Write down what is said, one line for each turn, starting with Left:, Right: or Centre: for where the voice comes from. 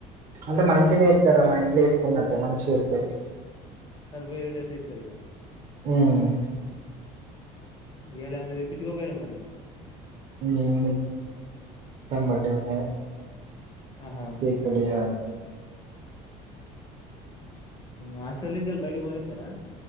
Right: అంటే మంచిగానే ఇత్తర్రా మా ఇంట్లో ఏసుకున్నట్టే మంచిగా వేత్తారు
Left: సర్వై ఏడటేత్తారిగా
Right: మ్ మ్
Left: ఇయాలేమన్నా తెప్పించుకోపోయినావా మరి
Right: <unintelligible> బడ్డే ఉన్నా అన్ని
Left: ఆహా
Right: పికలియల్
Left: హాస్టల్ నుంచి హాల్లో బయటకి పోనిస్తారా